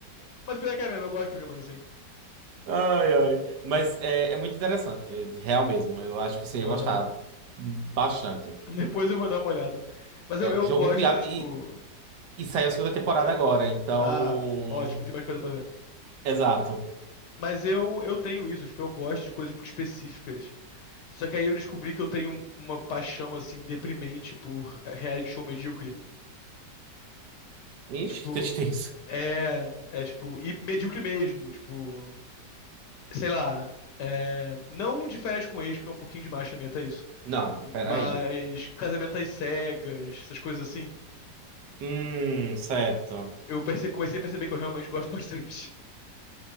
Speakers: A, on the left (about 75°); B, on the right (about 70°).
A: Mas pior que é mesmo, eu gosto de programas assim.
B: Ai, ai. Mas é, é muito interessante, é real mesmo. Eu acho que você ia
A: Aham.
B: gostar bastante.
A: Depois eu vou dar uma olhada. Mas eu,
B: É,
A: eu
B: Jogo
A: gosto
B: do Diabo,
A: de, tipo.
B: e, e saiu a segunda temporada agora, então.
A: Ah, ótimo, tem mais coisa pra ver.
B: Exato.
A: Mas eu, eu tenho isso, tipo, eu gosto de coisas muito específicas. Só que aí eu descobri que eu tenho um- uma paixão, assim, deprimente por reality show medíocre.
B: Ixi,
A: Tipo,
B: que tristeza.
A: é. É, tipo, e medíocre mesmo, tipo. Sei lá. É, não de férias com ex, porque é um pouquinho demais pra mim até isso.
B: Não, peraí.
A: Mas Casamento às Cegas, essas coisas assim,
B: Hum, certo.
A: eu perce- comecei a perceber que eu realmente gosto bastante. <laughs>